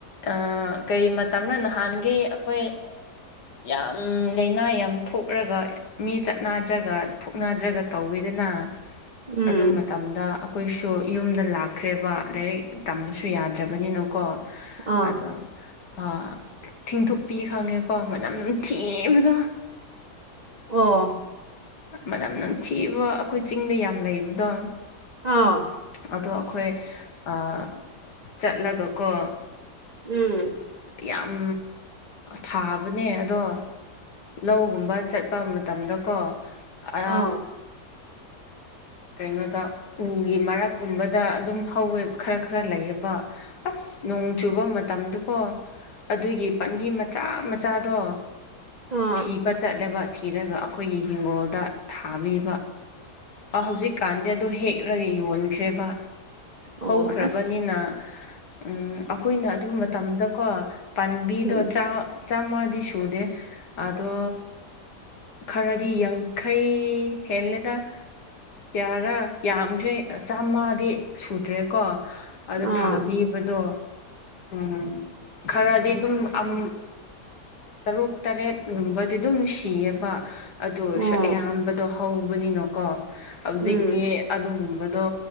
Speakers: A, on the left; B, on the right.
A: ꯑ ꯀꯔꯤ ꯃꯇꯝꯔ ꯅꯍꯥꯟꯒꯤ ꯑꯩꯈꯣꯏ ꯌꯥꯝ ꯂꯥꯏꯅꯥ ꯌꯥꯝ ꯊꯣꯛꯔꯒ ꯃꯤ ꯆꯠꯅꯗ꯭ꯔꯒ ꯊꯣꯛꯅꯗ꯭ꯔꯒ ꯇꯧꯋꯤꯗꯅ
B: ꯎꯝ
A: ꯑꯗꯨꯃꯠ ꯇꯝꯗ ꯑꯩꯈꯣꯏꯁꯨ ꯌꯨꯝꯗ ꯂꯥꯛꯈ꯭ꯔꯦꯕ ꯂꯥꯏꯔꯤꯛ ꯇꯝꯕꯁꯨ ꯌꯥꯗ꯭ꯔꯕꯅꯤꯅꯀꯣ
B: ꯑꯥ
A: ꯑꯗꯣ ꯑ ꯊꯤꯡꯊꯣꯛꯄꯤ ꯈꯪꯉꯦꯀꯣ ꯃꯅꯝ ꯅꯝꯊꯤꯕꯗꯣ
B: ꯑꯣ
A: ꯃꯅꯝ ꯅꯝꯊꯤꯕ ꯑꯩꯈꯣꯏ ꯆꯤꯡꯗ ꯌꯥꯝ ꯂꯩꯕꯗꯣ
B: ꯑꯥꯎ
A: ꯑꯗꯣ ꯑꯩꯈꯣꯏ ꯑ ꯆꯠꯂꯒꯀꯣ
B: ꯎꯝ
A: ꯌꯥꯝ ꯊꯥꯕꯅꯦ ꯑꯗꯣ ꯂꯧꯒꯨꯝꯕ ꯆꯠꯄ ꯃꯇꯝꯗꯀꯣ ꯑꯔꯥ
B: ꯑꯥꯎ
A: ꯀꯩꯅꯣꯗ ꯎꯒꯤ ꯃꯔꯛꯀꯨꯝꯕꯗ ꯑꯗꯨꯝ ꯍꯧꯋꯦ ꯈꯔ ꯈꯔ ꯂꯩꯌꯦꯕ ꯑꯁ ꯅꯣꯡ ꯆꯨꯕ ꯃꯇꯝꯗꯀꯣ ꯑꯗꯨꯒꯤ ꯄꯥꯝꯕꯤ ꯃꯆꯥ ꯃꯆꯥꯗꯣ
B: ꯑꯥ
A: ꯊꯤꯕ ꯆꯠꯂꯦꯕ ꯊꯤꯔꯒ ꯑꯩꯈꯣꯏꯒꯤ ꯍꯤꯡꯒꯣꯜꯗ ꯊꯥꯕꯤꯕ ꯑꯥ ꯍꯧꯖꯤꯛꯀꯥꯟꯗꯤ ꯑꯗꯣ ꯍꯦꯛꯔꯒ ꯌꯣꯟꯈ꯭ꯔꯦꯕ
B: ꯑꯣ
A: ꯍꯧꯈ꯭ꯔꯕꯅꯤꯅ
B: ꯑꯁ
A: ꯎꯝ ꯑꯩꯈꯣꯏꯅ ꯑꯗꯨ ꯃꯇꯝꯗꯀꯣ ꯄꯥꯟꯕꯤꯗꯣ
B: ꯎꯝ
A: ꯆꯥ ꯆꯥꯝꯃꯗꯤ ꯁꯨꯗꯦ ꯑꯗꯣ ꯈꯔꯗꯤ ꯌꯥꯡꯈꯩ ꯍꯦꯜꯂꯦꯗ ꯀꯌꯥꯔ ꯌꯥꯝꯈ꯭ꯔꯦ ꯆꯥꯝꯃꯗꯤ ꯁꯨꯗ꯭ꯔꯦꯀꯣ ꯑꯗꯨ
B: ꯑꯥ
A: ꯊꯥꯕꯤ ꯑꯗꯣ ꯎꯝ ꯈꯔꯗꯤ ꯑꯗꯨꯝ ꯑꯝ ꯇꯔꯨꯛ ꯇꯔꯦꯠꯒꯨꯝꯕꯗꯤ ꯑꯗꯨꯝ ꯁꯤꯌꯦꯕ ꯑꯗꯨ ꯑꯣꯏꯔꯁꯨ
B: ꯑꯣ
A: ꯑꯌꯥꯝꯕꯗꯣ ꯍꯧꯕꯅꯤꯅꯀꯣ ꯍꯧꯖꯤꯛꯇꯤ
B: ꯎꯝ
A: ꯑꯗꯨꯒꯨꯝꯕꯗꯣ